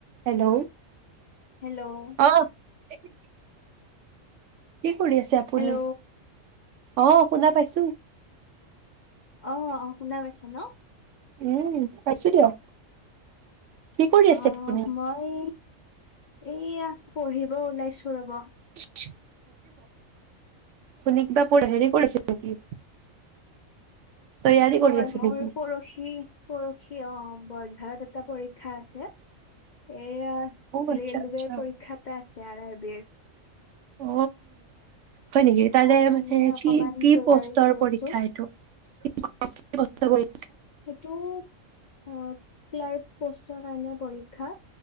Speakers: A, on the right; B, on the left.
A: হেল্ল'
B: হেল্ল'
A: অ <unintelligible> কি কৰি আছে আপুনি?
B: হেল্ল'
A: অ শুনা পাইছো।
B: অ অ শুনা পাইছা ন,
A: উম, পাইছো দিয়ক কি কৰি আছে
B: অহ
A: আপুনি
B: মই এইয়া পঢ়িব ওলাইছো ৰ'ব,
A: <unintelligible> আপুনি কিবা পঢ হেৰি কৰিছে নেকি তৈয়াৰী
B: হয়
A: কৰি আছে
B: মোৰ
A: নেকি
B: পৰশি, পৰশি অ বৰঝাৰত এটা পৰি খক্ষা আছে। এয়া
A: অ আচ্ছা
B: ৰেলৱেৰ
A: আচ্ছা
B: পৰীক্ষা এটা আছে আৰ আৰ বিৰ।
A: অ হয় নেকি তাৰে
B: তাৰ কাৰণে
A: মানে
B: অকমান
A: কি কি
B: তৈয়াৰী
A: পষ্টৰ
B: কৰি
A: পৰীক্ষা
B: আছো
A: এইটো? <unintelligible>
B: সেইটো আহ ক্লাৰ্ক পোষ্টৰ কাৰণে পৰীক্ষা।